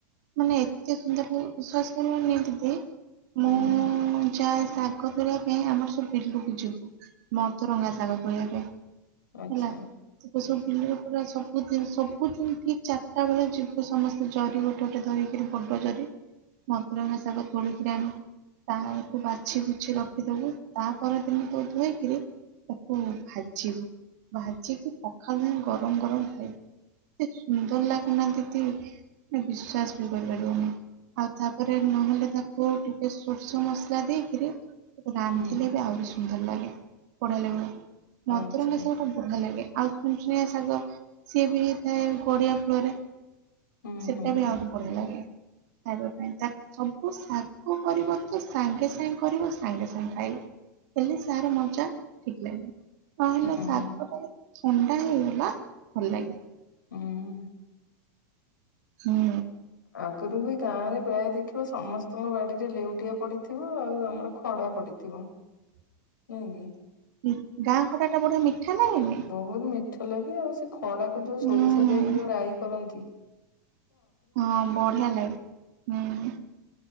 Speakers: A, on the right; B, on the left.
A: ମାନେ ଏତେ ସୁନ୍ଦର ଭି, ବିଶ୍ୱାସ କରିବନି ଦିଦି,
B: ହୁଁ
A: ମୁଁ ଯାଏ ଶାଗ ତୋଳିବା ପାଇଁ ଆମର ସବୁ ବିଲକୁ ଯିବୁ, ମଦୁରଙ୍ଗା ଶାଗ ତୋଳିବା ପାଇଁ।
B: ଆଚ୍ଛା
A: ହେଲା। ଏବେ ସବୁ ବିଲରେ ପରା ସବୁିଦିନ୍, ସବୁଦିନ୍ ଠିକ୍ ଚାରିଟା ବେଳେ ଯିବ ସମସ୍ତେ। ଜରି ଗୋଟେ ଗୋଟେ ଧରିକିରି, ବଡ ଜରି ମଦୁରଙ୍ଗା ଶାଗ ତୋଳିକି ଆଣିକି, ତାକୁ ବାଛି ବୁଛି ରଖ ରଖିଦବୁ ତାପଦିନ ତୋ ଧୋଇକିରି ତାକୁ ଭାଜିବୁ। ଭାଜିକି ପଖାଳ ନାହିଁ ଗରମ ଗରମ ଖାଇବୁ। ଏ ସୁନ୍ଦର ଲାଗେନା ଦିଦି, ମାନେ ବିଶ୍ଵାସ ବି କରିପାରିବନି। ଆଉ ତାପରେ ନହେଲେ ତାକୁ ଟିକେ ସୋର୍ଷ ମସଲା ଦେଇକିରି ତାକୁ ରାନ୍ଧିଲେ
B: ହୁଁ
A: ବି ଆହୁରି ସୁନ୍ଦର ଲାଗେ। ବଢିଆ ଲାଗିବ। ମଦୁରଙ୍ଗା
B: ଆଚ୍ଛା
A: ସାଗଟା ବଢିଆ ଲାଗେ। ଆଉ ଚୁଣିଚୁଣିଆ ଶାଗ, ସିଏ ବି ହେଇଥାଏ ଗଡିଆ ଫଳରେ।
B: ହୁଁ
A: ସେଟା
B: ହୁଁ
A: ବି
B: ହୁଁ
A: ଆହୁରି। ବଢିଆ ଲାଗେ, ଖାଇବା ପାଇଁ ତା ସବୁ ଶାଗ କରିବ ତ ସାଙ୍ଗେ ସାଙ୍ଗେ କରିବ ସାଙ୍ଗେ ସାଙ୍ଗେ ଖାଇବୁ। ହେଲେ ସାର ମଜା, ଠିକ ଲାଗିବ। ନ ହେେଲେ
B: ହୁଁ।
A: ଶାଗ ଟା ଯଦି ଥଣ୍ଡା ହେଇଗଲା, ଭଲ ଲାଗିବ।
B: ହୁଁ।
A: ହୁଁ।
B: ଆଗରୁ ବି ଗାଁରେ ପ୍ରାୟ ଦେଖିବ ସମସ୍ତଙ୍କ ବାଡିରେ ଲେଉଟିଆ ପଡିଥିବ, ଆଉ ଆମର ଖଡା ପଡିଥିବ।
A: <inaudible>
B: ନାଇଗି।
A: ହୁଁ ଗାଁ ଖଟା ଟା ବଢିଆ ମିଠା ଲାଗେନି
B: ବହୁତ ମିଠା ଲାଗେ, ଆଉ ସେ ଖଡାକୁ ଯୋଉ ସୋରିଷ
A: ହୁଁ
B: ଦେଇକି, ଯୋଉ ରାାଇ କରନ୍ତି।
A: ହଁ ବଢିଆ ଲାଗେ, ହୁଁ।